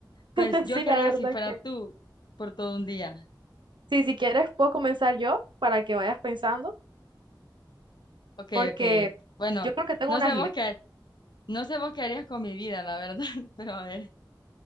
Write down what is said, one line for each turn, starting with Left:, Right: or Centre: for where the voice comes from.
Right: <laughs>
Left: Pues yo
Right: Sí,
Left: qué
Right: la
Left: haría
Right: verdad
Left: si fuera
Right: que
Left: tú por todo un día.
Right: sí, si quieres puedo comenzar yo para que vayas pensando,
Left: Ok,
Right: porque
Left: ok, bueno,
Right: yo creo que tengo
Left: no
Right: unas
Left: sé
Right: ideas.
Left: vos qué, no sé vos qué harías con mi vida, la verdad, <laughs> pero a ver.